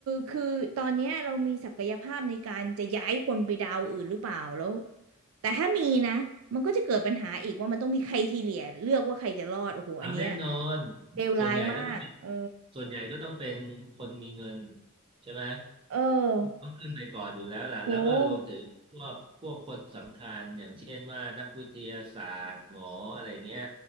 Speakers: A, on the right; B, on the right.
A: คือตอนเนี้ยเรามีศักยภาพในการจะย้ายคนไปดาวอื่นหรือเปล่าแล้ว แต่ถ้ามีนะมันก็จะเกิดปัญหาอีกว่ามันต้องมีใครทีเหลียเลือกว่าใครจะรอดโอ้โหอันเนี้ย
B: เอาแน่นอน
A: เลวร้ายมากเออ
B: ส่วนใหญ่ก็ต้องเป็นส่วนใหญ่ก็ต้องเป็นคนมีเงินใช่ไหม
A: เออ
B: ต้องขึ้นไปก่อนอยู่แล้วแหละแล้วก็รวมถึงพวกพวกคนสำคัญอย่างเช่นว่านักวิทยาศาสตร์หมออะไรเงี้ย
A: โห